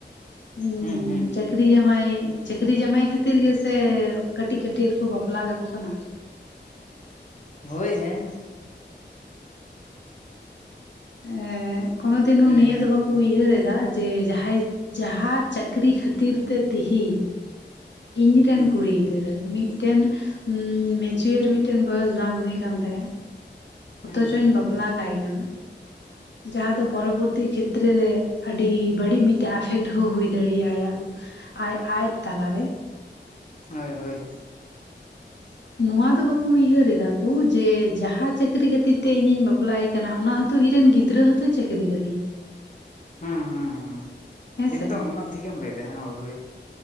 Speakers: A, on the left; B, on the left.
A: ᱩᱸ
B: ᱦᱩᱸ ᱦᱩᱸ
A: ᱪᱟᱹᱠ ᱪᱟᱹᱠᱨᱤ ᱡᱟᱢᱟᱭ, ᱪᱟᱹᱠᱨᱤ ᱡᱟᱢᱟᱭ ᱠᱷᱟᱹᱛᱤᱨ ᱜᱮᱥᱮ ᱠᱟᱹᱴᱤᱡ ᱠᱟᱹᱴᱤᱡ ᱨᱮᱠᱚ ᱵᱟᱯᱞᱟ ᱠᱟᱠᱚ ᱠᱟᱱᱟ᱾
B: ᱦᱳᱭ, ᱦᱮᱸ᱾
A: ᱮᱸ ᱠᱚᱱᱚ ᱫᱤᱱ
B: ᱦᱩᱸ
A: ᱦᱚᱸ ᱱᱤᱭᱟᱹ ᱫᱚ ᱵᱟᱠᱚ ᱩᱭᱦᱟᱹᱨ ᱮᱫᱟ ᱡᱮ ᱡᱟᱦᱟᱸᱭ ᱡᱟᱦᱟᱸ ᱪᱟᱹᱠᱨᱤ ᱠᱷᱟᱹᱛᱤᱨ ᱛᱮ ᱛᱮᱦᱮᱧ ᱤᱧ ᱨᱮᱱ
B: ᱦᱩᱸ
A: ᱠᱩᱲᱤ ᱜᱤᱫᱽᱨᱟᱹ ᱢᱤᱫᱴᱮᱱ ᱢᱮᱸᱪᱩᱭᱟᱹᱨ ᱢᱤᱫᱴᱮᱱ ᱵᱚᱭᱚᱥ ᱵᱟᱝ ᱦᱩᱭ ᱠᱟᱱ ᱛᱟᱭᱟ᱾
B: ᱦᱩᱸ
A: ᱚᱛᱚ-ᱪᱚᱧ
B: ᱦᱩᱸ
A: ᱵᱟᱯᱞᱟ
B: ᱦᱩᱸ
A: ᱠᱟᱭ ᱠᱟᱱᱟ, ᱡᱟᱦᱟᱸ ᱫᱚ ᱯᱚᱨᱚᱵᱚᱨᱛᱤ ᱠᱷᱮᱛ ᱨᱮ ᱠᱷᱮᱛᱨᱮ ᱟᱹᱰᱤ ᱵᱟᱹᱲᱤᱡ ᱢᱤᱫᱴᱮᱡ ᱟᱯᱷᱮᱠᱚᱰ ᱦᱚᱸ ᱦᱩᱭ ᱫᱟᱲᱮᱭᱟ᱾ ᱟᱡ ᱟᱡ ᱛᱟᱞᱟ ᱨᱮ᱾
B: ᱦᱳᱭ, ᱦᱳᱭ᱾ <inaudible>
A: ᱱᱚᱣᱟ ᱫᱚ ᱵᱟᱠᱩ ᱩᱭᱦᱟᱹᱨ ᱮᱫᱟ ᱠᱩ ᱡᱮ ᱡᱟᱦᱟᱸ ᱪᱟᱹᱠᱨᱤ ᱠᱷᱟᱹᱛᱤᱨ ᱛᱮ ᱤᱧᱤᱧ ᱵᱟᱯ ᱵᱟᱯᱞᱟᱭᱮ ᱠᱟᱱᱟ, ᱚᱱᱟ ᱦᱚᱸᱛᱚ ᱤᱧ ᱨᱮᱱ ᱜᱤᱫᱽᱨᱟᱹ ᱦᱚᱸ ᱛᱚᱭ ᱪᱟᱹᱠᱨᱤ ᱫᱟᱲᱤᱭᱟᱜ᱾
B: ᱦᱩᱸ ᱦᱩᱸ ᱦᱩᱸ,
A: ᱦᱮᱸ
B: ᱮᱠᱫᱚᱢ
A: ᱥᱮ
B: ᱚᱱᱟ ᱴᱷᱤᱠᱮᱢ ᱞᱟᱹᱭ ᱮᱫᱟ, ᱦᱳᱭ